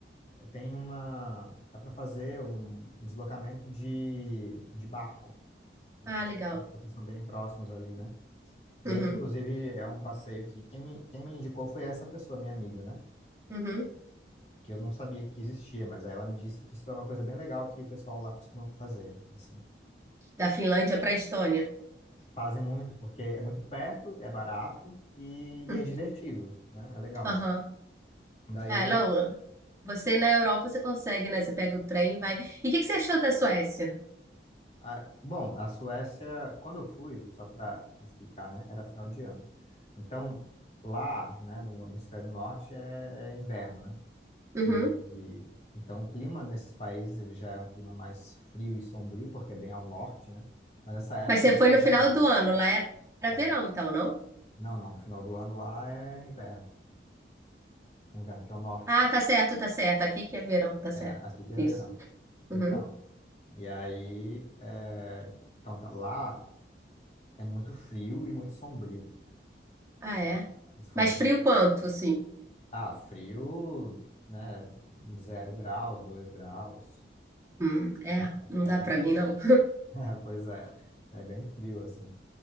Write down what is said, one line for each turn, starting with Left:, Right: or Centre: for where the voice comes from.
Left: tem uma, dá para fazer um deslocamento de, de barco, porque,
Right: Ah, legal.
Left: porque são bem próximos ali, né? E
Right: Uhum,
Left: aí, inclusive, é um passeio que quem me, quem me indicou foi essa pessoa, minha amiga, né?
Right: uhum.
Left: Que eu não sabia que existia, mas aí ela me disse que isso é uma coisa bem legal que o pessoal lá costuma fazer, assim.
Right: Da Finlândia para a Estônia.
Left: Fazem muito, porque é muito perto, é barato e, e
Right: Uhum.
Left: é divertido, né? É legal,
Right: Aham.
Left: assim. Daí
Right: É,
Left: eu...
Right: não. Você na Europa, você consegue, né? Você pega o trem e vai. E o que que você achou da Suécia?
Left: a- bom, a Suécia, quando eu fui, só para explicar, né? Era final de ano. Então, lá, né, no hemisfério norte, é é inverno, né?
Right: Uhum.
Left: E então o clima nesses países ele já é um clima mais frio e sombrio, porque é bem ao norte, né? Mas essa época
Right: Mas você
Left: é mais
Right: foi no final
Left: ainda.
Right: do ano, lá era era
Left: É,
Right: verão, então, não?
Left: não, não, no final do ano lá é inverno. É inverno, que é o norte.
Right: Ah, tá certo, tá certo. Aqui que é verão, tá certo.
Left: É, aqui que é
Right: Isso.
Left: verão. Então,
Right: Uhum.
Left: e aí, é, então tá, lá é muito frio e muito sombrio.
Right: Ah,
Left: né?
Right: é.
Left: Isso foi
Right: Mas
Left: uma... coisa.
Right: frio quanto, assim?
Left: Ah, frio, né? Zero graus, dois graus,
Right: Hum, é,
Left: né?
Right: não
Left: É
Right: dá
Left: bem
Right: pra
Left: frio.
Right: mim, não.
Left: <laughs> Pois é, é bem frio, assim.